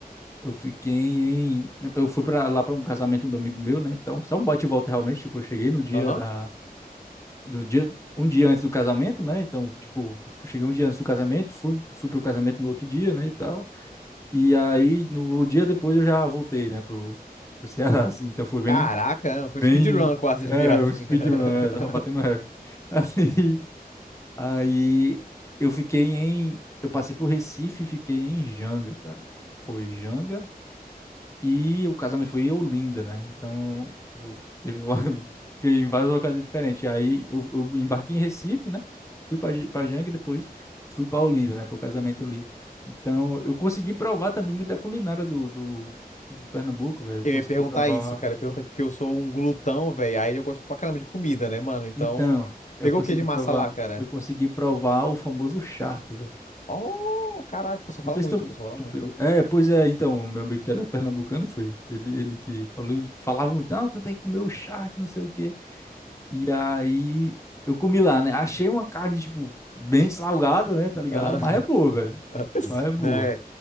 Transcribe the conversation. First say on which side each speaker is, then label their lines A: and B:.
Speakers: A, on the left; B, on the left.
A: eu fiquei em, eu fui para lá pra um casamento do amigo meu, né, então, só um bate e volta realmente, tipo, eu cheguei no dia
B: aham.
A: da, do dia, um dia antes do casamento, né, então, tipo, cheguei um dia antes do casamento, fui, fui pro casamento no outro dia, né, e tal, e aí, no dia depois eu já voltei, né, pro, pro Ceará, assim, então foi bem,
B: Caraca, foi
A: bem,
B: speedrun quase
A: é,
B: de viagem.
A: um speedrun,
B: <laughs>
A: é, tava batendo recorde, <laughs> assim... Aí eu fiquei em. Eu passei por Recife e fiquei em Janga, cara. Foi Janga e o casamento foi em Olinda, né? Então, tipo, teve uma- <laughs> fiquei em várias ocasiões diferentes. Aí eu, eu embarquei em Recife, né? Fui pra J- pra Janga e depois fui pra Olinda, né? Pro casamento ali. Então, eu consegui provar também muito da culinária do, do, de Pernambuco, velho. Eu
B: Eu
A: consegui
B: ia perguntar
A: provar.
B: isso, cara. Eu ia perguntar isso porque eu sou um glutão, velho. Aí eu gosto pra caramba de comida, né, mano? Então,
A: Então, eu
B: pegou
A: consegui
B: o que de massa
A: provar.
B: lá, cara?
A: Eu consegui provar o famoso charque, velho.
B: Oh, caraca, o pessoal
A: Não
B: fala
A: sei
B: muito,
A: se tu,
B: o pessoal fala
A: tu
B: muito.
A: pegou. É, pois é, então, o meu amigo que era pernambucano, que foi ele, ele que falou, ele falava muito, não, tu tem que comer o charque, não sei o quê. E aí eu comi lá, né? Achei uma carne, tipo, bem salgada, né? Tá ligado?
B: Aham.
A: Mas é boa, velho.
B: <laughs>
A: Mas é boa.
B: Né?